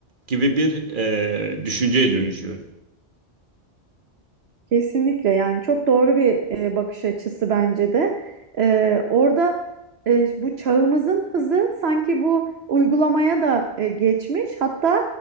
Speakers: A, on the right (about 50°); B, on the right (about 70°).
A: gibi bir e, düşünceye dönüşüyor.
B: Kesinlikle yani çok doğru bir e, bakış açısı bence de. E, orada e, bu çağımızın hızı sanki bu uygulamaya da e, geçmiş. Hatta